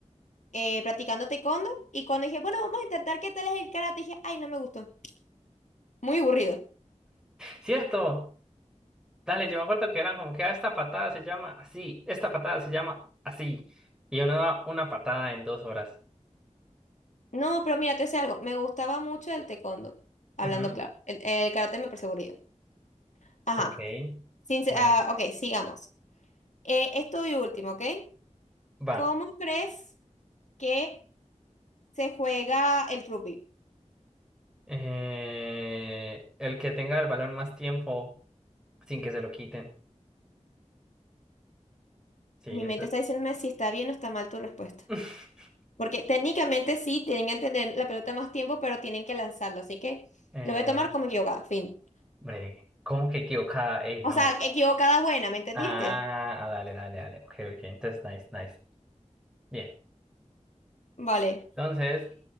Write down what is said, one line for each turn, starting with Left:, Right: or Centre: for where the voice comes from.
Left: eh, practicando taekwondo y cuando dije, bueno, vamos a intentar qué tal es el karate, dije, ay, no me gustó, muy aburrido.
Centre: Cierto, dale, yo me acuerdo que eran como que ah, esta patada se llama así, esta patada se llama así, y uno da una patada en dos horas.
Left: No, pero mira, te sé algo, me gustaba mucho el taekwondo, hablando
Centre: Ujú,
Left: claro, el, el karate me pareció aburrido. Ajá,
Centre: Ok,
Left: Sin,
Centre: bueno,
Left: ah, ok, sigamos. Eh, esto y último, ¿ok?
Centre: va.
Left: ¿Cómo crees que se juega el rugby?
Centre: Eh, el que tenga el balón más tiempo sin que se lo quiten. Sí,
Left: Mi
Centre: eso.
Left: mente está diciéndome si está bien o está mal tu respuesta.
Centre: <laughs>
Left: Porque técnicamente sí, tienen que tener la pelota más tiempo, pero tienen que lanzarlo, así que
Centre: Eh,
Left: lo voy a tomar como equivocada, fin.
Centre: breve. ¿Cómo que equivocada? Ey,
Left: O
Centre: no.
Left: sea, equivocada buena, ¿me entendiste?
Centre: Ah, ah, dale, dale, dale. Ok, ok. Entonces, nice, nice. Bien.
Left: Vale.
Centre: Entonces,